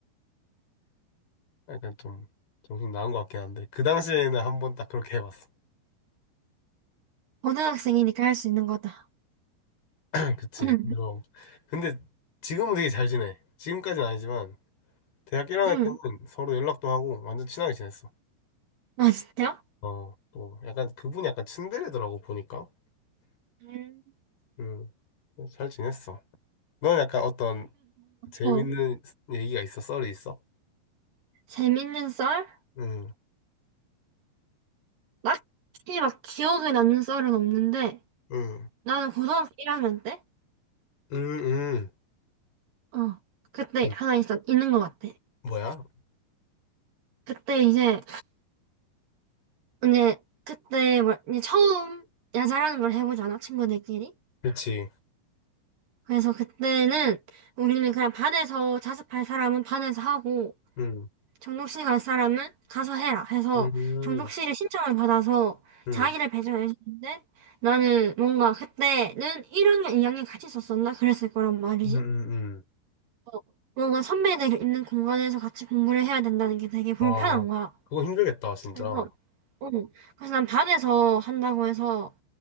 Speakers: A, on the left (about 65°); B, on the right (about 55°).
A: 약간 좀 정신 나간 것 같긴 한데 그 당시에는 한번 딱 그렇게 해봤어.
B: 고등학생이니까 할 수 있는 거다.
A: <clears throat> 그치.
B: 응,
A: 그래서 근데 지금은 되게 잘 지내. 지금까지는 아니지만 대학 1학년
B: 응.
A: 때는 서로 연락도 하고 완전 친하게 지냈어.
B: 아, 진짜?
A: 어, 또 약간 그분이 약간 츤데레더라고 보니까.
B: 음.
A: 음, 잘 지냈어. 넌 약간 어떤 재밌는
B: 어,
A: 얘기가 있어? 썰이 있어?
B: 재밌는 썰?
A: 음,
B: 딱히 막 기억에 남는 썰은 없는데,
A: 음,
B: 나는 고등학교 1학년 때?
A: 음, 음,
B: 어, 그때
A: 음.
B: 하나 있어, 있는 것 같아.
A: 뭐야?
B: 그때 이제, 이제, 그때 뭐, 이제 처음 야자라는 걸 해보잖아, 친구들끼리.
A: 그치.
B: 그래서 그때는 우리는 그냥 반에서 자습할 사람은 반에서 하고
A: 음,
B: 정독실 갈 사람은 가서 해라 해서
A: 음, 음,
B: 정독실에 신청을 받아서
A: 음,
B: 자기를 배정해 주는데 나는 뭔가 그때는 1학년, 2학년 같이 있었었나? 그랬을 거란 말이지.
A: 음, 음. 음.
B: 어, 뭔가 선배들 있는 공간에서 같이 공부를 해야 된다는 게 되게 불편한
A: 아,
B: 거야.
A: 그거 힘들겠다, 진짜.
B: 그래서, 응. 그래서 난 반에서 한다고 해서